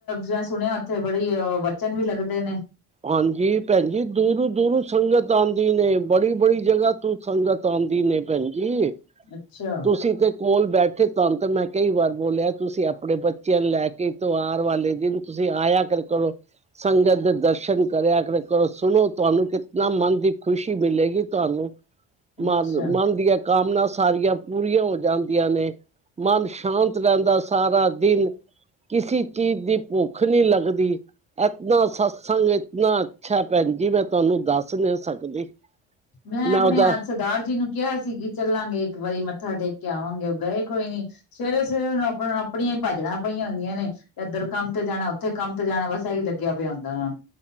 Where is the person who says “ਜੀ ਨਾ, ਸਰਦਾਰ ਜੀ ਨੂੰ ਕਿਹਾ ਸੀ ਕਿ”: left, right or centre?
Left